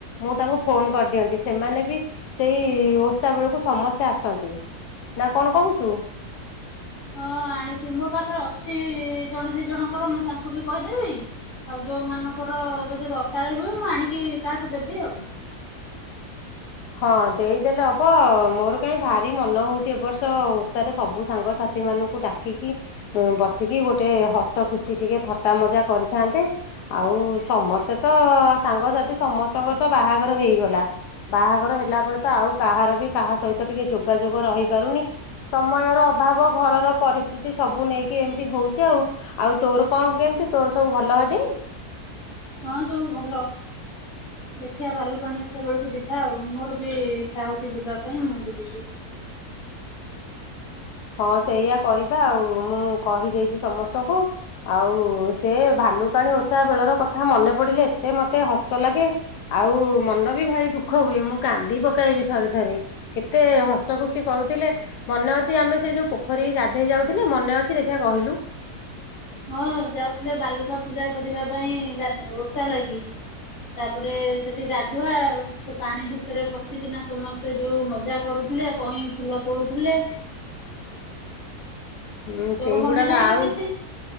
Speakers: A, on the left; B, on the left.
A: ମୁଁ ତାଙ୍କୁ ଫୋନ କରିଦିଅନ୍ତି ସେମାନେ ବି ସେଇ ଓଷା ବେଳକୁ ସମସ୍ତେ ଆସନ୍ତି। ନା କଣ କହୁଛୁ?
B: ହଁ ଆଣିକି ମୋ ପାଖରେ ଅଛି ଜଣେ ଦି ଜଣଙ୍କର ମୁଁ ତାଙ୍କୁ ବି କହିଦେବି। ଆଉ ଯୋଉ ମାନଙ୍କର ଯଦି ଦରକାରେ ହୁଏ ମୁଁ ଆଣିକି କାହାଠୁ ଦେବି ଆଉ।
A: ହଁ ଦେଇଦେଲେ ହବ ମୋର କାଇଁ ଭାରି ମନ ହୋଉଛି ଏ ବର୍ଷ ଓଷାରେ ସବୁ ସାଙ୍ଗସା ଥି ମାନଙ୍କୁ ଡାକିକି ଉଁ ବସିକି ଗୋଟେ ହସ ଖୁସି ଟିକେ ଥଟ୍ଟା ମଜା କରିଥାନ୍ତେ। ଆଉ ସମସ୍ତେ ତ ସାଙ୍ଗସାଥି ସମସ୍ତଙ୍କର ତ ବାହାଘର ହେଇଗଲା। ବାହାଘର ହେଲା ପରେ ତ ଆଉ କାହାର ବି କାହା ସହିତ ଟିକେ ଯୋଗାଯୋଗ ରହିପାରୁନି। ସମୟର ଅଭାବ ଘରର ପରିସ୍ଥିତି ସବୁ ନେଇକି ଏମିତି ହଉଛି ଆଉ। ଆଉ ତୋର କଣ କେମିତି ତୋର ସବୁ ଭଲ ହେଟି?
B: ହଁ ସବୁ ଭଲ। ଦେଖିବା ଭାଲୁକାଣି ଓଷା ବେଳକୁ ଯିବା ଆଉ ମୋର ବି ଇଚ୍ଛା ହଉଛି ଯିବା ପାଇଁ ମୁଁ ବି ଯିବି।
A: ହଁ ସେଇଆ କରିବା ଆଉ ମୁଁ କହିଦେଇଛି ସମସ୍ତଙ୍କୁ। ଆଉ ସେ ଭାଲୁକାଣୀ ଓଷା ବେଳର କଥା ମନେ ପଡ଼ିଲେ ଏତେ ମତେ ହସ ଲାଗେ। ଆଉ ମନ ବି ଭାରି ଦୁଃଖ ହୁଏ ମୁଁ କାନ୍ଦି ପକାଏବି ଥରେ ଥରେ। କେତେ ହସ ଖୁସି କରୁଥିଲେ ମନେ ଅ ଯେ ସେ ଆମେ ସେ ଯୋଉ ପୋଖରୀକି ଗାଧେଇ ଯାଉଥିଲେ ମନେ ଅଛି ଦେଖିଆ କହିଲୁ?
B: ହଁ ଯାଉଥିଲେ ବାଲୁକା ପୂଜା କରିବା ପାଇଁ ଗା ଓଷା ଲାଗି। ତାପରେ ସେଠି ଗାଧୁଆ ଆଉ ସେ ପାଣି ଭିତରେ ପଶିକିନା ସମସ୍ ତେ ଯୋଉ ମଜା କରୁଥିଲେ କଇଁ ଫୁଲ ତୋଳୁଥିଲେ।
A: ହୁଁ
B: ତୋର
A: ସେଇଗୁଡ଼ାକ
B: ମନେ ନାହିଁ
A: ଆଉ
B: କି କିଛି?